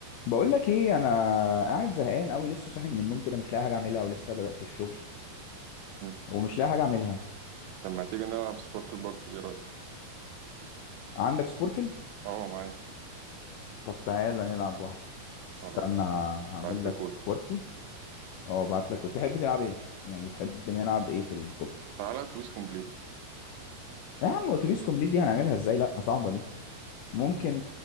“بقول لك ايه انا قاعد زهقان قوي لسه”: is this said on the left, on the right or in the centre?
Left